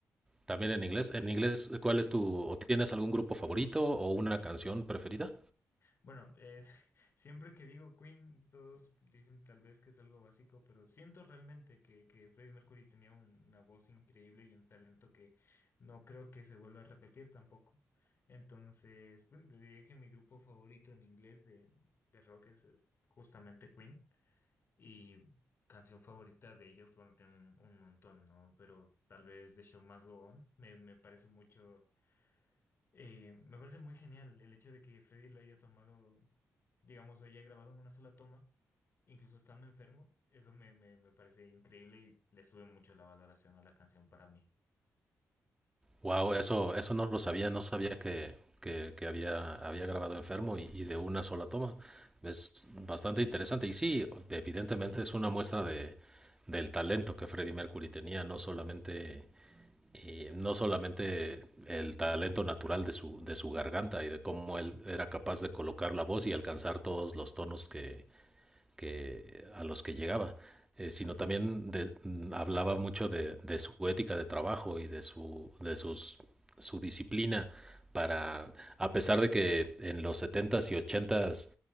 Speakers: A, on the right; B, on the left.
A: También en inglés, en inglés, ¿cuál es tu, o tienes algún grupo favorito o una canción preferida?
B: Bueno, eh, <laughs> siempre que digo Queen, todos dicen tal vez que es algo básico, pero siento realmente que, que Freddie Mercury tenía un- una voz increíble y un talento que no creo que se vuelva a repetir tampoco. Entonces, bueno, diría que mi grupo favorito en inglés de, de rock es es justamente Queen. Y canción favorita de ellos, bueno, tengo un, un montón, ¿no? Pero tal vez The Show Must Go On me, me parece mucho, eh, me parece muy genial el hecho de que Freddy lo haya tomado, digamos, lo haya grabado en una sola toma, incluso estando enfermo. Eso me, me, me parece increíble y le sube mucho la valoración a la canción para mí,
A: Wow, eso, eso no lo sabía, no sabía que, que, que había, había grabado Enfermo y, y de una sola toma. Es bastante interesante. Y sí, evidentemente es una muestra de, del talento que Freddie Mercury tenía, no solamente, eh, no solamente el talento natural de su, de su garganta y de cómo él era capaz de colocar la voz y alcanzar todos los tonos que, que, a los que llegaba, eh, sino
B: claro.
A: también de, mm, hablaba mucho de, de, su ética de trabajo y de, su, de sus, su disciplina para, a pesar de que en los setentas y ochentas